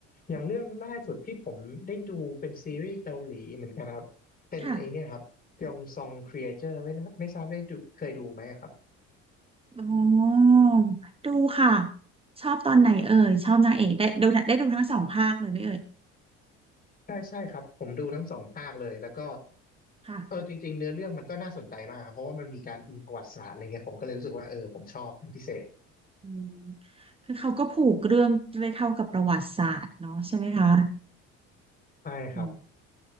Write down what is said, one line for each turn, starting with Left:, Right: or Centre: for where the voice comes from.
Left: อย่างเรื่องล่าสุดที่ผมได้ดูเป็นซีรีส์เกาหลีเหมือนกันครับ เป็นไอเนี่ยครับยองซองครีเอเตอร์ไม่ไม่ทราบได้ดูเคยดูไหมครับ
Right: ค่ะโอ้ดูค่ะชอบตอนไหนเอ่ยชอบนางเอกได้ดูได้ดูทั้งสองภาคเลยไหมเอ่ย
Left: ใช่ใช่ครับ ผมดูทั้งสองภาคเลย แล้วก็
Right: ค่ะ
Left: เออจริงๆเนื้อเรื่องมันก็น่าสนใจมากครับเพราะว่ามันมีการอิงประวัติศาสตร์อะไรเงี้ยผมก็เลยรู้สึกว่าเออผมชอบเป็นพิเศษ
Right: อืมคือเขาก็ผูกเรื่องด้วยเข้ากับประวัติศาสตร์เนาะใช่ไหมคะ
Left: ใช่ครับ
Right: อืม